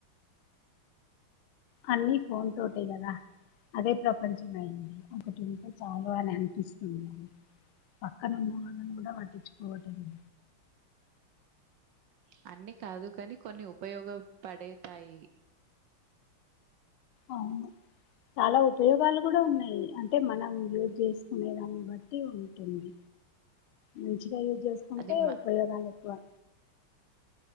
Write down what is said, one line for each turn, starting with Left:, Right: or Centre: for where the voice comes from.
Right: <inaudible>
Left: అన్నీ ఫోన్ తోటే గదా అదే ప్రపంచం అయింది. ఒకటి ఉంటే చాలు అని అనిపిస్తుందండి. పక్కన ఉన్న వాళ్ళను గూడా పట్టించ్చు కోవటంలే
Right: <inaudible> అన్ని కాదు కాని కొన్ని ఉపయోగ పడేతాయి.
Left: అవును చాలా ఉపయోగాలు గూడా ఉన్నాయి. అంటే మనం యూజ్ చేసుకునే దాన్ని బట్టి ఉంటుంది.
Right: <inaudible>
Left: మంచిగా యూజ్ జేసుకుంటే
Right: అది మ
Left: ఉపయోగాలు ఎక్కువ